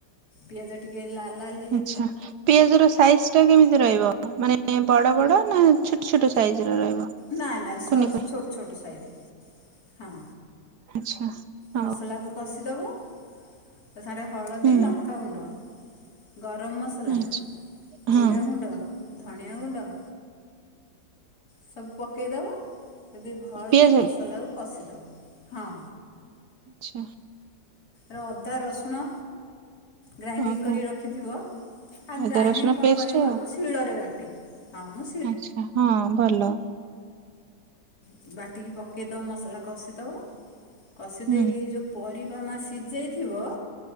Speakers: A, on the left; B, on the right.
A: ପିଆଜ ଟିକେ ଲାଲ୍ ଲାଲ୍
B: ଆଚ୍ଛା ପିଆଜ ର ସାଇଜ ଟା କେମିତି ରହିବ ମାନେ ବଡ଼ ବଡ଼ ନା ଛୋଟ ଛୋଟ ସାଇଜ ର ରହିବ।
A: ନାଇଁ ନାଇଁ ସର୍
B: କୁନି କୁନି
A: ଛୋଟ ଛୋଟ ସାହିଜି ହଁ।
B: ଆଚ୍ଛା ହଉ
A: ମସଲାକୁ କଷିଦବ। ତା ସାଙ୍ଗରେ ହଳଦୀ,
B: ହୁଁ
A: ଲଙ୍କାଗୁଣ୍ଡ, ଗରମ ମସଲା,
B: ଆଚ୍ଛା ହଁ
A: ଜିରା ଗୁଣ୍ଡ, ଧନୀଆ ଗୁଣ୍ଡ ସବୁ ପକାଇଦବ ଯଦି ଭଲକି
B: ପିଆଜ
A: ମସଲାକୁ କଷିଦବ ହଁ।
B: ଆଚ୍ଛା।
A: ର ଅଦା ରସୁଣ ଗ୍ରାଇଣ୍ଡିଙ୍ଗ
B: ଓହୋ
A: କରି ରଖିଥିବ ଆ ଗ୍ରାଇଣ୍ଡିଙ୍ଗ
B: ଅଦା ରସୁଣ
A: କଣ
B: ପେଷ୍ଟ
A: କରିମ
B: ଆଉ।
A: ମ ମୁଁ ଶିଳରେ ବାଟେ। ହଁ ମୁଁ
B: ଆଚ୍ଛା ହଁ ଭଲ।
A: ହୁଁ ବାଟିକି ପକେଇଦବ ମସଲା କଷିଦବ କଷି
B: ହୁଁ
A: ଦେଇକି ଏ ଯୋଉ ପରିବା ମା ସିଜେଇଥିବ